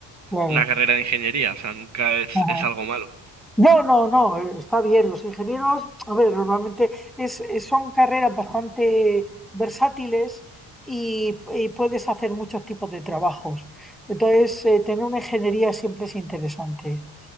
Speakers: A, in the centre; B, on the right.
A: claro.
B: una carrera de ingeniería. O sea, nunca es,
A: ajá.
B: es algo malo.
A: No, no, no, eh, está bien. Los ingenieros, a ver, normalmente es, es- son carreras bastante versátiles y, y puedes hacer muchos tipos de trabajos. Entonces, eh, tener una ingeniería siempre es interesante.